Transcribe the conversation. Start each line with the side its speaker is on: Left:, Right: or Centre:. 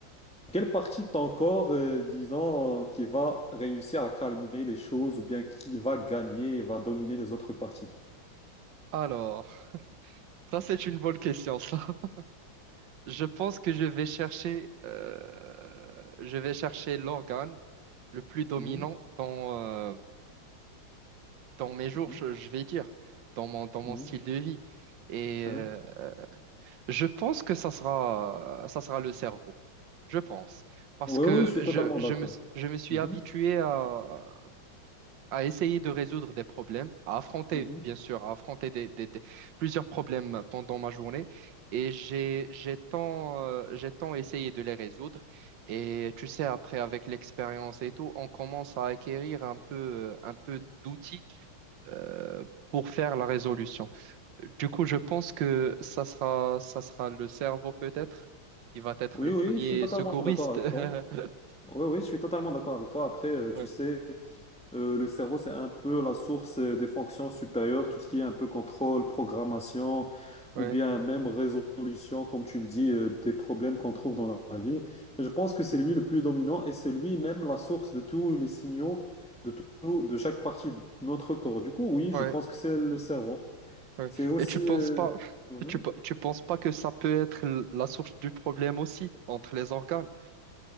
Centre: Quelle partie de ton corps, euh, disons, qui va réussir à calmer les choses ou bien qui va gagner et va dominer les autres parties?
Right: Alors, ça c'est une bonne question, ça. <laughs> Je pense que je vais chercher, euh, je vais chercher l'organe le plus dominant
Centre: Mhm,
Right: dans, euh, dans mes jours,
Centre: mhm,
Right: je, je vais dire, dans mon, dans mon
Centre: mhm,
Right: style de vie. Et euh,
Centre: hein.
Right: Je pense que ça sera, ça sera le cerveau. Je pense. Parce
Centre: Oui,
Right: que
Centre: oui, je suis
Right: je,
Centre: totalement
Right: je
Centre: d'accord.
Right: me, je me suis
Centre: Mhm,
Right: habitué à, à essayer de résoudre des problèmes, à affronter,
Centre: mhm.
Right: bien sûr, à affronter des, des- des- plusieurs problèmes pendant ma journée. Et j'ai, j'ai tant, euh, j'ai tant essayé de les résoudre. Et tu sais, après, avec l'expérience et tout, on commence à acquérir un peu, un peu d'outils, euh, pour faire la résolution. Du coup, je pense que ça sera, ça sera le cerveau peut-être qui va être
Centre: Oui,
Right: le
Centre: oui,
Right: premier
Centre: je suis totalement
Right: secouriste.
Centre: d'accord avec
Right: <laughs>
Centre: toi. Oui, oui, je suis totalement d'accord avec toi. Après, euh,
Right: Ouais,
Centre: tu sais, Euh, le cerveau, c'est un peu la source euh, des fonctions supérieures, tout ce qui est un peu contrôle, programmation,
Right: ouais,
Centre: ou bien même résolution, comme tu le dis, euh, des problèmes qu'on trouve dans la vie. Mais je pense que c'est lui le plus dominant et c'est lui-même la source de tous les signaux de tout, de chaque partie de notre corps. Du coup, oui,
Right: ouais,
Centre: je pense que c'est le cerveau.
Right: ouais.
Centre: C'est aussi...
Right: Et tu penses
Centre: euh,
Right: pas,
Centre: mhm.
Right: tu, pe- tu penses pas que ça peut être l- la source du problème aussi entre les organes?